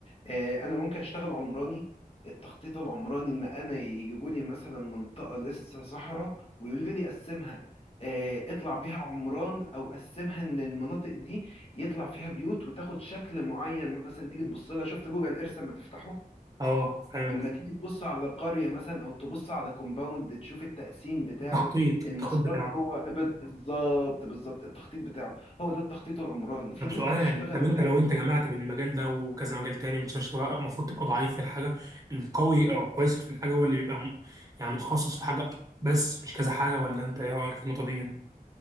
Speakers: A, on the left (about 40°); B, on the right (about 25°).
A: آه، انا ممكن اشتغل عمراني التخطيط العمراني ان انا يجيبوا لي مثلا منطقه لسه صحراء ويقولوا لي قسمها آه، اطلع بيها عمران او قسمها ان المناطق دي يطلع فيها بيوت وتاخد شكل معين مثلا تيجي تبص لها شفت جوجل ايرث اما تفتحه
B: اه فاهم
A: اما تيجي تبص على قريه مثلا او تبص على كومباوند تشوف التقسيم بتاعه
B: التخطيط التخطيط
A: المسارات جوه بالظبط بالظبط التخطيط بتاعه هو ده التخطيط العمراني في
B: طب
A: ناس
B: سؤال
A: بتشتغل
B: يعني طب انت لو انت جمعت بين المجال ده وكذا مجال تاني مش شرط تبقى- المفروض تبقى ضعيف في الحاجه القوي او كويس في الحاجه هو اللي بيبقى م- يعني متخصص في حاجه بس مش كذا حاجه ولا انت ايه رايك في النقطه دي يعني؟